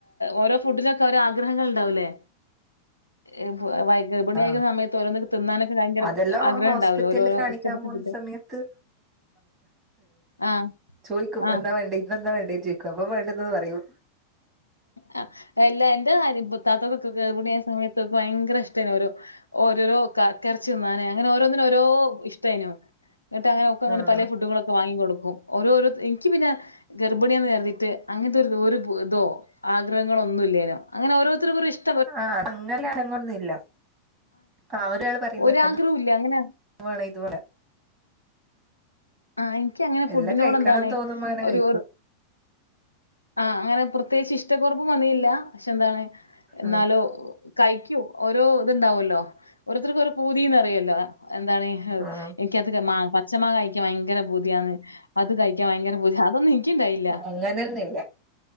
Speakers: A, on the left; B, on the right.
A: ഓരോ ഫുഡിനൊക്കെ ഓരോ ആഗ്രഹങ്ങള് ഇണ്ടാവുല്ലേ <unintelligible> ഗർഭിണിയായിരിക്കുന്ന
B: ആഹ്
A: സമയത്ത് ഓരോന്നിക്ക് തിന്നാനൊക്കെ ഭയങ്കര
B: അതെല്ലാം
A: ആഗ്രഹം
B: ഹോസ്പിറ്റലില്
A: ഇണ്ടാവല്ലോ ഓരോരോ
B: കാണിക്കാൻ
A: ഇഷ്ടപ്പെട്ട
B: പോകുന്ന
A: ഫുഡ്
B: സമയത്ത്
A: ആഹ്
B: ചോയിക്കും
A: ആഹ്
B: എന്താ വേണ്ടെ ഇന്നെന്താ വേണ്ടെ ചോയിക്കും അപ്പൊ വേണ്ടിന്നത് പറയും
A: ആ എല്ലാ എന്റെ അരി പുത്താത്തക്ക ഗേബിണി ആയ സമയത്തൊക്കെ ഭയങ്കര ഇഷ്ടാണ് ഓരോ ഓരോരോ കക്കെറച്ചി നിന്നാനേ അങ്ങനെ ഓരോന്നിനും ഓരോ ഇഷ്ടായിനു എന്നിട്ടങ്ങനെക്കെ അങ്ങനെ
B: ആഹ്
A: പലേ ഫുഡുകളൊക്കെ വാങ്ങി കൊടുക്കും ഓരോരോ എനിക്ക് പിന്നെ ഗർബിണി ആണെന്ന് കരുതിയിട്ട് അങ്ങനത്തെ ഒര് പൂ തോ ആഗ്രഹങ്ങളൊന്നു ഇല്ലേനോ അങ്ങനെ ഓരോത്തർക്കും ഓരോ ഇഷ്
B: ആ അങ്ങനെ ആരങ്ങും ഒന്നുല്ല ആ ഒരാള് പറയുന്ന
A: ഒരാഗ്രഹവും
B: <unintelligible>
A: ഇല്ല അങ്ങനെ
B: വേണം ഇതുപോലെ
A: ആഹ് എനിക്ക് അങ്ങനെ ഫുഡിനോട്
B: എല്ലാം കഴിക്കണം
A: എന്താണ്
B: തോന്നുമ്പോ അങ്ങനെ
A: ഒരു
B: കഴിക്കും
A: ആഹ് അങ്ങനെ പ്രത്യേകിച്ച് ഇഷ്ടക്കെറവും വന്നിയില്ല പക്ഷെ എന്താണ് എന്നാലോ
B: ആഹ്
A: കയിക്കും ഓരോ ഇത് ഇണ്ടാവല്ലോ ഓരോരുത്തർക്ക് ഓരോ പൂതിന്ന് പറയുവല്ലോ എന്താണ് എനിക്കത്
B: ആഹ്
A: മാ പച്ച മാങ്ങ കയിക്കാൻ ഭയങ്കര പൂതിയാണ് അത് കഴിക്കാൻ ഭയങ്കര പൂതി അതൊന്നും എനിക്കുണ്ടായില്ല.
B: അങ്ങനെയൊന്നുല്ല